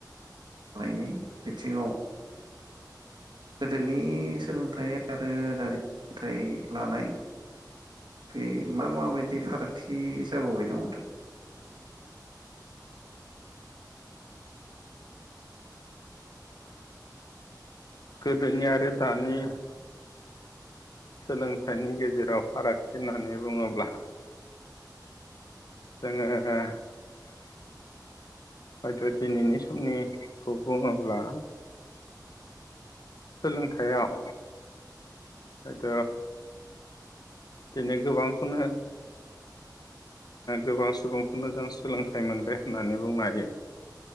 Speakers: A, on the right; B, on the left.
A: लानायनि बिथिङाव गोदोनि सोलोंथाइ आरो दानि सोलोंथाइ लानाय बे मा माबायदि फारागथि जाबोबाय दं नोंथां।
B: गोदोनि आरो दानि। सोलोंथाइनि गेजेराव फारागथि होननानै बुङोब्ला। जोङो <inaudible> हयथ' दिनैनि समनिखौ बुङोब्ला। सोलोंथायाव। हयथ' दिनै गोबांखौनो गोबां सुबुंखौनो जों सोलोंथाइ मोनबाय होननानै बुंनो हायो।